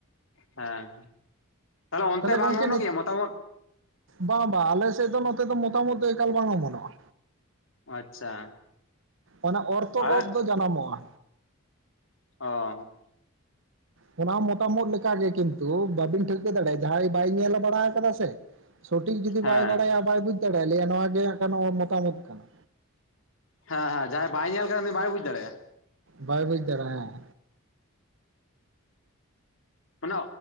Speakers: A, on the left; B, on the right.
A: ᱦᱮᱸ ᱚᱱᱛᱮ
B: ᱛᱟᱦᱚᱞᱮ
A: ᱵᱟᱝ
B: ᱜᱚᱢᱠᱮ
A: ᱚᱢᱚᱱᱚᱜ
B: ᱱᱤᱛ
A: ᱜᱮᱭᱟ ᱢᱚᱛᱟᱢᱚᱛ
B: ᱵᱟᱝ ᱵᱟᱝ ᱟᱞᱮ ᱥᱮᱫ ᱫᱚ ᱱᱚᱛᱮ ᱫᱚ ᱢᱚᱛᱟᱢᱚᱛ ᱮᱠᱟᱞ ᱵᱟᱝ ᱚᱢᱚᱱᱚᱜ-ᱟ᱾
A: ᱟᱪᱪᱷᱟ
B: ᱚᱱᱟ ᱚᱨᱛᱷᱚ
A: ᱟᱨ
B: ᱳᱫ ᱫᱚ ᱡᱟᱱᱟᱢᱚᱜ-ᱟ᱾
A: ᱚ
B: ᱚᱱᱟ ᱢᱚᱛᱟᱢ ᱳᱫ ᱞᱮᱠᱟᱜᱮ ᱠᱤᱱᱛᱩ ᱵᱟᱵᱤᱱ ᱴᱷᱟᱹᱣᱠᱟᱹ ᱫᱟᱲᱮᱭᱟᱜ-ᱟ ᱡᱟᱦᱟᱸᱭ ᱵᱟᱭ ᱧᱮᱞ ᱵᱟᱲᱟ ᱠᱟᱫᱟ ᱥᱮ ᱥᱚᱴᱷᱤᱠ ᱡᱩᱫᱤ
A: ᱦᱮᱸ
B: ᱵᱟᱭ ᱵᱟᱲᱟᱭᱟ ᱵᱟᱭ ᱵᱩᱡ ᱫᱟᱲᱮᱭᱟᱜ-ᱟᱭᱟ ᱱᱚᱣᱟ ᱜᱮ ᱢᱚᱛᱟᱢ ᱳᱫ ᱠᱟᱱᱟ
A: ᱦᱮᱸ ᱦᱮᱸ ᱡᱟᱦᱟᱸᱭ ᱵᱟᱭ ᱧᱮᱞ ᱠᱟᱱᱟ ᱩᱱᱤ ᱵᱟᱭ ᱵᱩᱡ ᱫᱟᱲᱮᱭᱟᱜ-ᱟ
B: ᱵᱟᱭ ᱵᱩᱡ ᱫᱟᱨᱟ ᱦᱮᱸ
A: ᱢᱟᱱᱮ